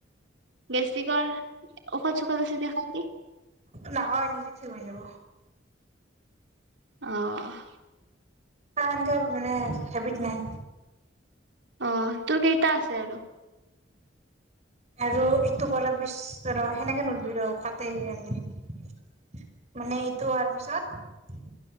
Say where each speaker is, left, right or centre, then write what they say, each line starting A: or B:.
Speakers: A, on the right (about 70°); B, on the right (about 35°).
A: গেষ্টিকৰ ঔষধ চৌষধ আছে দি খাবি।
B: নহয় নিজে থিয় হৈ যাব।
A: অ'।
B: কয়ানকে মানে হেবিট নাই।
A: অ', তোৰ কেইটা আছে আৰু?
B: আৰু ইটো কৰাৰ পিছ ৰ সেনেকে নধবি ৰ, কাটে সেইকাৰণে। মানে ইটো হোৱাৰ পিছত,